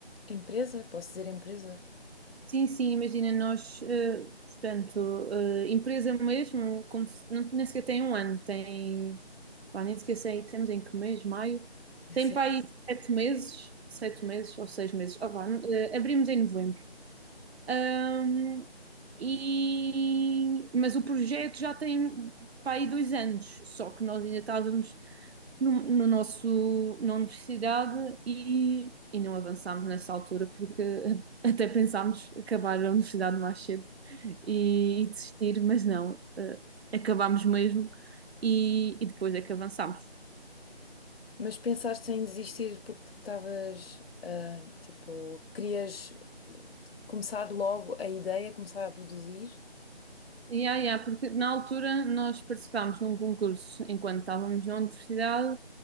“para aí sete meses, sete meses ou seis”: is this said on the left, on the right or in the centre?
Right